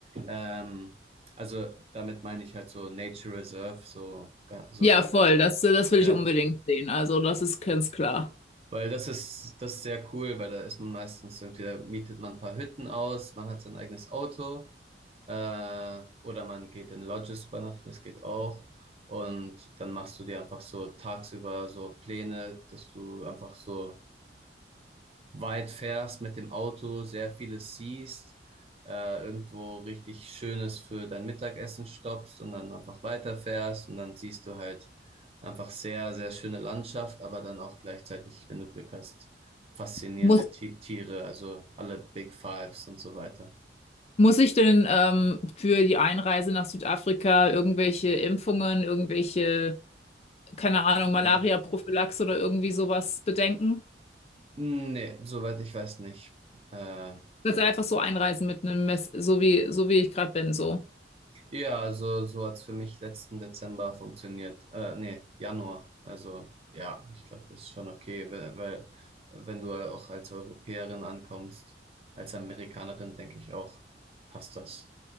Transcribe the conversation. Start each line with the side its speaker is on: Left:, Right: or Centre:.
Right: Ähm, also damit meine ich halt so Nature Reserve, so, ga- so,
Left: Ja, voll. Das, das will
Right: ja.
Left: ich unbedingt sehen. Also, das ist ganz klar.
Right: Weil das ist, das ist sehr cool, weil da ist man meistens irgendwie, da mietet man ein paar Hütten aus, man hat sein eigenes Auto. Äh, oder man geht in Lodges übernachten, das geht auch. Und dann machst du dir einfach so tagsüber so Pläne, dass du einfach so weit fährst mit dem Auto, sehr vieles siehst, äh, irgendwo richtig Schönes für dein Mittagessen stoppst und dann einfach weiterfährst und dann siehst du halt einfach sehr, sehr schöne Landschaft, aber dann auch gleichzeitig, wenn du Glück hast, faszinierende
Left: Muss
Right: Ti- Tiere, also alle Big Fives und so weiter.
Left: Muss ich denn ähm, für die Einreise nach Südafrika irgendwelche Impfungen, irgendwelche, keine Ahnung, Malaria-Prophylaxe
Right: Mhm.
Left: oder irgendwie sowas bedenken?
Right: Hm, Nee, soweit ich weiß nicht. Äh,
Left: Dass einfach so einreisen mit einem Mess, so wie, so wie ich gerade bin, so.
Right: ja, also so hat's für mich letzten Dezember funktioniert. Äh, nee, Januar. Also ja, ich glaube, das ist schon okay, weil, weil wenn du auch als Europäerin ankommst, als Amerikanerin, denke ich auch, passt das.